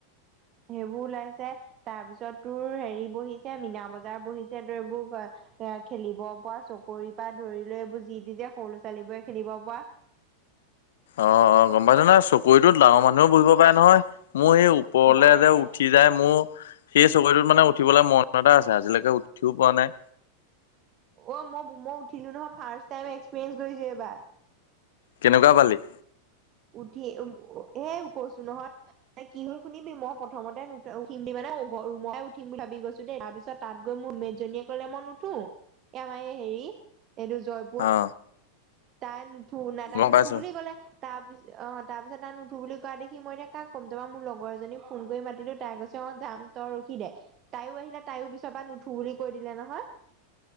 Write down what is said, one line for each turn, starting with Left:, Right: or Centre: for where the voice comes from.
Right: সেইবোৰ ওলাইছে তাৰ পিছত তোৰ হেৰি বহিছে মীনা বজাৰ বহিছে তোৰ এইবোৰ এ খেলিব পৰা চকৰি পৰা ধৰি লৈ এইবোৰ যি দি যে সৰু ল'ৰা ছোৱালীবোৰে খেলিব পোৱা
Left: অ অ গম পাইছো নহয় চকুৰিতোত ডাঙৰ মানুহেও বহিব পাৰে নহয় মোৰ সেই ওপৰলে
Right: পাৰে
Left: যে উঠি যায় মোৰ সেই চগৰিটোত মানে উঠিবলে মন এটা আছে আজিলৈকে উঠিও পোৱা নাই
Right: অ মই মই উঠিলো নহয় ফাৰ্ট টাইম এক্সপিৰিয়েঞ্চ কৰিছো এইবাৰ
Left: কেনেকুৱা পালি
Right: উঠি উ হে কৈছো নহত কি নো শুনিবি মই প্ৰথমতে উঠিম বুলি মানে মই ৰুমৰ পৰাই উঠিম বুলি ভাবি গৈছো দেই তাৰপিছত তাত গৈ মোৰ মেদ জনীয়ে কলে মই নুঠো এ আমাৰ এই হেৰি এইটো জয়
Left: অ
Right: তাই নুঠো নাই তাই
Left: গম
Right: নুঠো
Left: পাইছোঁ।
Right: বুলি ক'লে তাৰপিছ অ তাৰপিছত তাই নুঠো বুলি কোৱা দেখি মই এতিয়া কাক কম তাপা মোৰ লগৰ এজনীক ফোন কৰি মাতিলোঁ তাই কৈছে অ যাম তই ৰখি দে তাইও আহিলে তাইও পিছৰ পৰা নুঠো বুলি কৈ দিলে নহয়